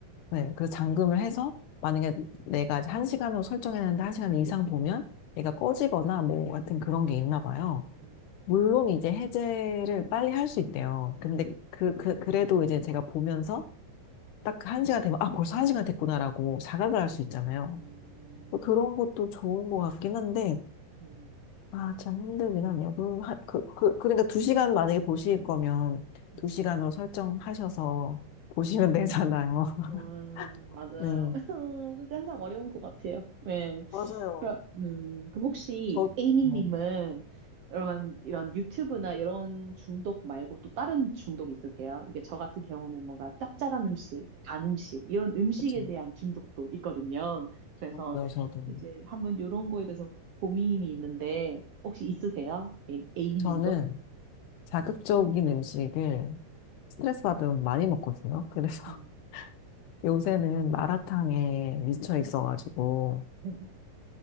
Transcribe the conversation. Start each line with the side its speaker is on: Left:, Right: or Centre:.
Left: 네, 그래서 잠금을 해서, 만약에 내가 이제 한 시간으로 설정했는데 한 시간 이상 보면 얘가 꺼지거나 뭐 같은 그런 게 있나 봐요.
Right: 음,
Left: 물론
Right: 음,
Left: 이제 해제를 빨리 할 수 있대요. 근데 그, 그, 그래도 이제 제가 보면서 딱 그 한 시간 되면, 아, 벌써 한 시간 됐구나라고 자각을 할 수
Right: 음,
Left: 있잖아요.
Right: 음,
Left: 뭐 그런 것도 좋은 것 같긴 한데,
Right: 음,
Left: 아, 참 힘들긴 하네요. 그, 하- 그, 그, 그러니까 두 시간 만약에 보실 거면
Right: 음.
Left: 두 시간으로 설정하셔서 보시면 되잖아요. <laughs>
Right: 음, 맞아요.
Left: 네.
Right: <laughs> 근데 항상 어려운 것 같아요. 네.
Left: 맞아요.
Right: 그럼, 음, 그럼 혹시
Left: 저,
Right: 에이미님은
Left: 뭐,
Right: 이런, 이런 유튜브나 이런 중독 말고 또 다른 중독 있으세요? 이게 저 같은 경우는 뭔가 짭짤한 음식, 단 음식, 이런 음식에
Left: 그쵸.
Right: 대한 중독도 있거든요. 그래서
Left: 맞아요, 저도.
Right: 이제 한번 이런 거에 대해서 고민이 있는데 혹시 있으세요? 에이, 에이미님도?
Left: 저는 자극적인 음식을 스트레스 받으면 많이 먹거든요. 그래서
Right: 음,
Left: <laughs> 요새는 마라탕에 미쳐 있어가지고,
Right: <laughs>